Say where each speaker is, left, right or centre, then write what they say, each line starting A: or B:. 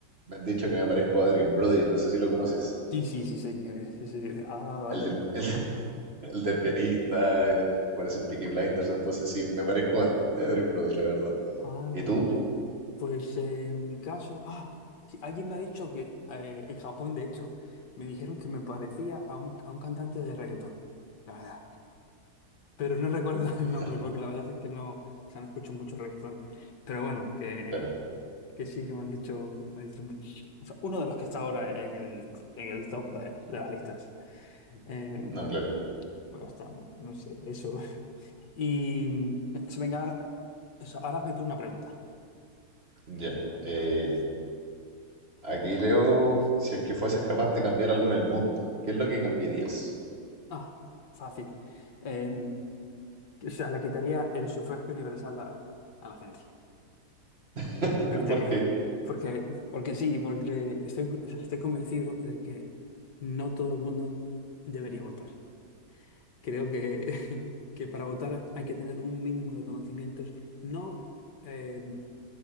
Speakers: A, on the right (about 30°); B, on the left (about 60°).
A: me han dicho que me parezco a Adrien Brody. No sé si lo conoces.
B: Sí, sí, sí sé quién es. Sí, sí. Ah, vale.
A: El del, el, <laughs> el del pianista, el que parece en Peaky Blinders. Entonces sí, me parezco bastante a Adrien Brody, la verdad.
B: Ah,
A: ¿Y tú?
B: mira. Pues eh, en mi caso, ah, sí, alguien me ha dicho que eh, en Japón, de hecho, me dijeron que me parecía a un, a un cantante de reggaetón, la verdad. Pero no recuerdo
A: A
B: <laughs> el
A: ver,
B: nombre porque la verdad es que no, o sea, no escucho mucho reggaetón. Pero bueno, que,
A: claro.
B: que sí, que me han dicho, me han dicho un- o sea, uno de los que está ahora en el, en el top de, de las listas. Eh,
A: No, claro.
B: bueno, está, no sé, eso. Y mm, se venga, o sea, ahora hazme tú una pregunta.
A: Ya.
B: Eh,
A: Eh,
B: Interesante. es-
A: Aquí leo,
B: ¿Ves?
A: si es que fueses capaz de cambiar algo en el mundo, ¿qué es lo que cambiarías?
B: Ah, fácil. Eh, o sea, le quitaría el sufragio universal a, a la gente.
A: <laughs>
B: Le quitaría.
A: Porque,
B: Porque, porque sí, porque estoy, o sea, estoy convencido de que no todo el mundo debería votar. Creo que, <laughs> que para votar hay que tener un mínimo de conocimientos, no, eh,